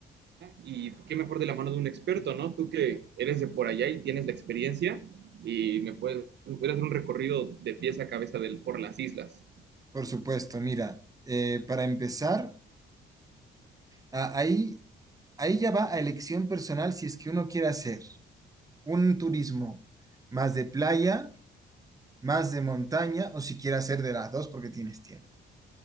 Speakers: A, on the right (about 60°); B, on the right (about 15°).
A: Y qué mejor de la mano de un experto, ¿no? Tú que eres de por allá y tienes la experiencia y me puedes, me puedes hacer un recorrido de pies a cabeza del, por las islas.
B: Por supuesto, mira, eh, para empezar, a- ahí, ahí ya va a elección personal si es que uno quiere hacer un turismo más de playa, más de montaña o si quiere hacer de las dos porque tienes tiempo.